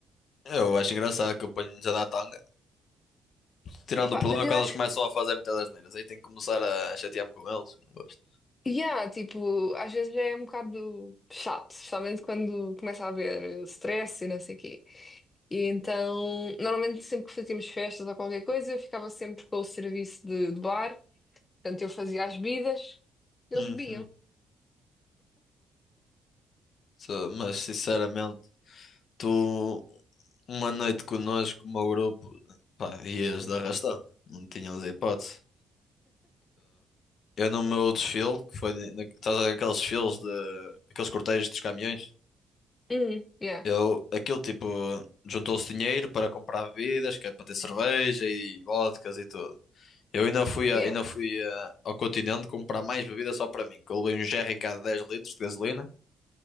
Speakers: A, on the left; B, on the left.
A: Eu acho engraçado que eu ponho-lhes a dar tanga. Tirando
B: Epá,
A: o problema
B: mas eu
A: quando
B: acho.
A: eles começam a fazer muitas asneiras. Aí tenho que começar a chatear-me com eles. Não gosto.
B: Yeah, tipo, às vezes é um bocado chato, especialmente quando começa a haver eh, stress e não sei o quê. E então, normalmente sempre que fazíamos festas ou qualquer coisa, eu ficava sempre com o serviço de, de bar. Portanto, eu fazia as bebidas, eles
A: Uhum.
B: bebiam.
A: Só- Mas sinceramente, tu uma noite connosco, o meu grupo, pá, ias de arrastão, não tínhamos hipótese. Eu no meu desfile, que foi na, estás a ver aqueles desfiles de aqueles cortejos dos caminhões,
B: Hum, yeah,
A: eu aquilo tipo juntou-se dinheiro para comprar bebidas, que é para ter cerveja e vodkas e tudo. Eu ainda fui, a-
B: yeah.
A: ainda fui a- ao continente comprar mais bebida só para mim, que eu levei um jerrycan de 10 litros de gasolina,